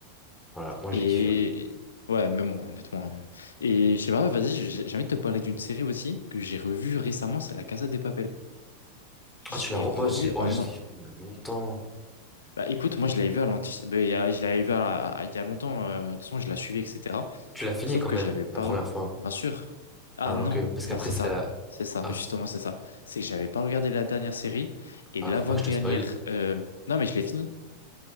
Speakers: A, in the centre; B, on the left.
A: voilà, moi
B: Et
A: j'ai kiffé.
B: et- ouais, même moi, honnêtement. euh. Et je sais pas, vas-y, j'ai j'ai envie de te parler d'une série aussi que j'ai revue récemment, c'est La Casa de Papel. Je
A: Ah, tu l'as,
B: l'ai
A: re-
B: revue
A: moi j'ai, oh,
B: en.
A: je
B: un-
A: l'ai fait il y a longtemps.
B: Bah écoute, moi je l'avais vue à l'anti... bah, il y a- je l'avais vue à- à- il y a longtemps, euh, de toute façon je la suivais, etc.
A: Tu l'as fini
B: Sauf
A: quand
B: que
A: même
B: j'avais pas...
A: la première fois.
B: Bien sûr. Ah
A: Ah,
B: non,
A: ok. Parce
B: non,
A: qu'après
B: c'est
A: c'est
B: ça.
A: la.
B: C'est ça,
A: Ah,
B: justement, c'est ça. C'est que j'avais pas regardé la dernière série et
A: ah,
B: l'avant-dernière...
A: faut pas que je te spoil.
B: euh, Non, mais je l'ai fini.